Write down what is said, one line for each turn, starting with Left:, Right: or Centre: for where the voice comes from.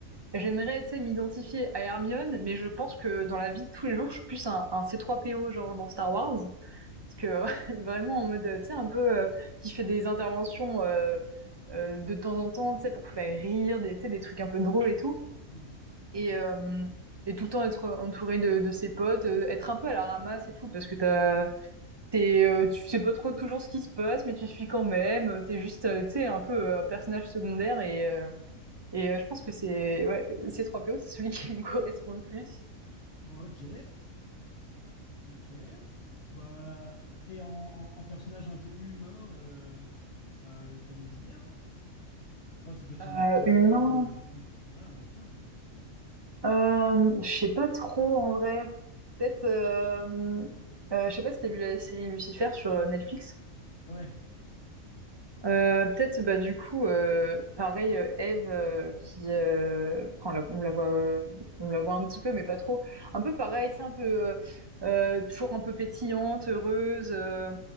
Right: j'aimerais, tu sais, m'identifier à Hermione, mais je pense que dans la vie de tous les jours, je suis plus un, un C3PO, genre dans Star Wars. Parce que <laughs> vraiment, en mode, euh, tu sais, un peu euh, qui fait des interventions euh, euh, de temps en temps, tu sais, pour faire rire, des, tu sais, des trucs un peu drôles et tout.
Left: Hmm.
Right: Et, euh, et tout le temps être entouré de, de ses potes, euh, être un peu à la ramasse et tout, parce que t'as T'es, euh, tu sais pas trop toujours ce qui se passe, mais tu suis quand même. euh, T'es juste, euh, tu sais, un peu euh, un personnage secondaire et, euh, et euh, je pense que c'est ouais, C3PO, c'est celui qui me <laughs> correspond le plus.
Left: Ok, Ok. Bah, et en, en- en personnage un peu humain, euh, t'as, t'as des idées un peu? Pas, ça peut être
Right: Euh,
Left: un acteur,
Right: humain,
Left: euh, une- ouais, un acteur, ouais.
Right: euh, je sais pas trop en vrai. Peut-être, euh, euh, je sais pas si t'as vu la série Lucifer sur euh, Netflix.
Left: Ouais.
Right: Euh, peut-être bah du coup euh, pareil euh, Eve euh, qui euh, enfin, on la, on la voit euh, on la voit un petit peu mais pas trop un peu pareil c'est un peu euh, euh, toujours un peu pétillante heureuse euh,